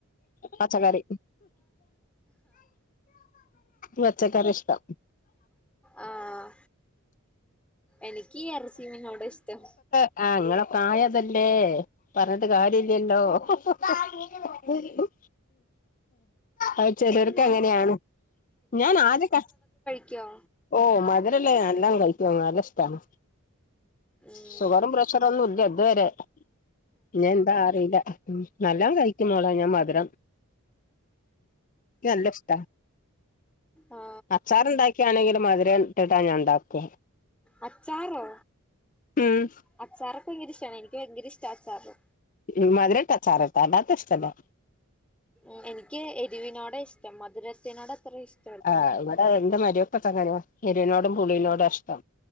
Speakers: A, on the left; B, in the centre.
A: പച്ചക്കറി പച്ചക്കറി ഇഷ്ടം
B: ആഹ എനിക്ക് എറച്ചി മിനോടെ ഇഷ്ടം
A: ആഹ അങ്ങളെ പ്രായതല്ലേ പറഞ്ഞിട്ട് കാര്യ ഇല്ലല്ലോ ഹ ഹാ മ് ആ ചെലർക്ക്‌
B: പിന്നെ
A: അങ്ങനെയാണ് ഞാൻ ആദ്യയോക്കെ
B: ക്കോ
A: ഓ മധുരല്ലേ എല്ലാം കഴിക്കുംവാ നല്ല ഇഷ്ടമാണ്
B: ഉം
A: ഷുഗറും പ്രഷറ് ഒന്നും ഇല്ല ഇതുവരെ ഇഞ് എന്താ അ അല്ല നല്ല കഴിക്കുന്നോളാ ഞാൻ മധുരം ക്ക് നല്ല ഇഷ്ട
B: ആ
A: അച്ചാറ് ഉണ്ടാക്കിയാണെങ്കിലും മധുരം ഇട്ടിട്ടാ ഞാൻ ഉണ്ടാക്കുക
B: അച്ചാറോ
A: ഉം
B: അച്ചാറൊക്കെ ഭയങ്കര ഇഷ്ടാണ് എനിക്ക് ഭയങ്കര ഇഷ്ടാ അച്ചാറോ
A: ഇ മധുരം ഇട്ടാ അച്ചാറ് അല്ലാത്ത ഇഷ്ടല്ല
B: ഉ എനിക്ക് എരിവിനോടാ ഇഷ്ടം മധുരത്തിനോട് അത്ര ഇഷ്
A: ആഹ് ഇവിടെ എന്റെ മാരൊക്കൊക്കെ അങ്ങനെ യെരിവിനോടും പുളീനോടും ആ ഇഷ്ടം.